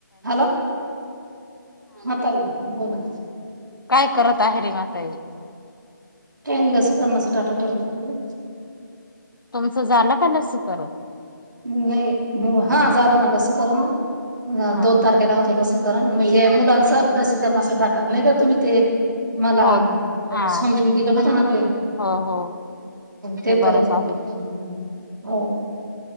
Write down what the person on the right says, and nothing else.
Hello, हा ताई बोला
काय नाय लसीकरणाचा डाटा भरत होतो.
नाही म हा झाल ना लसीकरण ना
दोन तारखेला होतं लस करण म्हणजे मुलांच लसीकरणा अस जातात नाही का तुम्ही ते मला
समजून दिलं होता ना ते
ते
बरोफत
हो,